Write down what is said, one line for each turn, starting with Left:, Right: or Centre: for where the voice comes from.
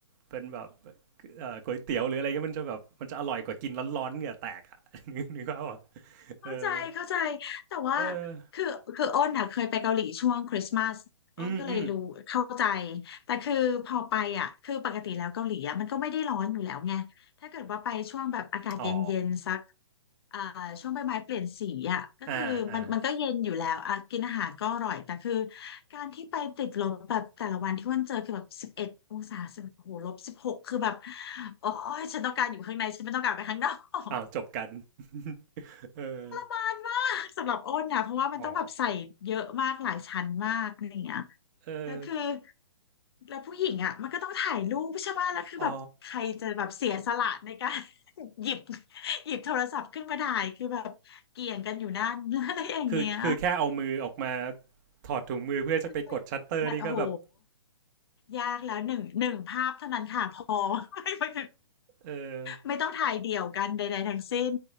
Right: เป็นแบบเอ่อก๋วยเตี๋ยวหรืออะไรเงี้ยมันจะแบบมันจะอร่อยกว่ากินร้อนๆเหงื่อแตกอะ <laughs> นึกนึกภาพอ่ะ
Left: เข้าใจเข้าใจ
Right: เออ
Left: แต่ว่า
Right: เออ
Left: คือคืออ้นอ่ะเคยไปเกาหลีช่วงคริสต์มาสอ้นก็เลยรู้เข้าใจ
Right: อืมอืม
Left: แต่คือพอไปอ่ะคือปกติแล้วเกาหลีอ่ะมันก็ไม่ได้ร้อนอยู่แล้วไงถ้าเกิดว่าไปช่วงแบบอากาศเย็นๆสัก
Right: อ๋อ
Left: อ่าช่วงใบไม้เปลี่ยนสีอ่ะก็คือมันมันก็เย็นอยู่แล้วอ่ะกินอาหารก็อร่อยแต่คือ
Right: อ่าอ่า
Left: การที่ไปติดลบแบบแต่ละวันที่อ้นเจอคือแบบสิบเอ็ดองศาสิบโอ้โหลบสิบหกคือแบบโอ้ยฉันต้องการอยู่ข้างในฉันไม่ต้องการไปข้างนอก
Right: อ้าวจบกัน <laughs> เออ
Left: มานมากสำหรับอ้นนะเพราะว่ามันต้องแบบใส่เยอะมากหลายชั้นมากอะไรอย่างเงี้ย
Right: อ๋อเออ
Left: แล้วคือแล้วผู้หญิงอ่ะมันก็ต้องถ่ายรูปใช่ไหมแล้วคือแบบใครจะแบบเสียสละในการ
Right: อ๋อ
Left: <laughs> หยิบหยิบโทรศัพท์ขึ้นมาถ่ายคือแบบเกี่ยงกันอยู่นั่น <laughs> อะไรอย่างเงี้ย
Right: คือคือแค่เอามือออกมาถอดถุงมือเพื่อจะไปกดชัตเตอร์นี่ก็แบบ
Left: มันไปมันโอ้โหยากแล้วหนึ่งหนึ่งภาพเท่านั้นค่ะพอ <laughs> ไม่ไม่
Right: เออ
Left: ไม่ต้องถ่ายเดี่ยวกันใดๆทั้งสิ้น